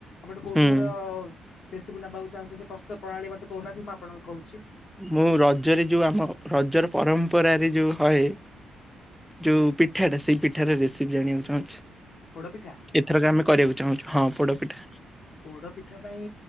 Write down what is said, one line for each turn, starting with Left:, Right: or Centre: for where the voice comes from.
Left: ଆପଟେ କୋଉ
Centre: ହୁଁ।
Left: ପିଠାର ଏ ସବୁ ନବାକୁ ଚାହୁଁଚନ୍ତି ପ୍ରସ୍ତୁତ ପ୍ରଣାଳୀ ମତେ କହୁହାନ୍ତି ମୁଁ ଆପଣଙ୍କୁ କହୁଚି।
Centre: ମୁଁ ରଜରେ ଯୋଉ ଆମ ରଜର ପରମ୍ପରାରେ ଯୋଉ ହଏ ଯୋଉ ପିଠାଟା ସେଇ ପିଠାର ରେସିପି ଜାଣିବାକୁ ଚାହୁଁଚି।
Left: ପୋଡ଼ପିଠା?
Centre: ଏଥରକ ଆମେ କରିବାକୁ ଚାହୁଁଚୁ ହଁ ପୋଡ଼ପିଠା।
Left: ପୋଡ଼ପିଠା ପାଇଁ